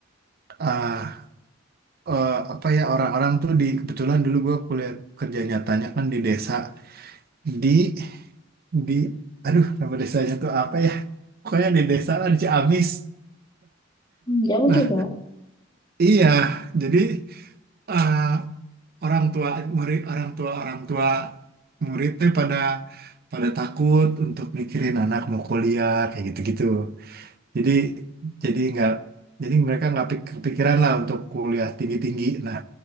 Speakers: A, on the right; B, on the left.
A: Eh, eh, apa ya orang-orang tuh di kebetulan dulu gue kuliah kerja nyatanya kan di desa di di aduh nama desanya tuh apa ya pokoknya di desa lah di Ciamis
B: hmm, jauh
A: nah
B: juga.
A: iya jadi eh, orang tua murid orang tua orang tua murid tuh pada pada takut untuk mikirin anak mau kuliah kayak gitu-gitu jadi jadi nggak jadi mereka nggak pik- kepikiran lah untuk kuliah tinggi-tinggi nah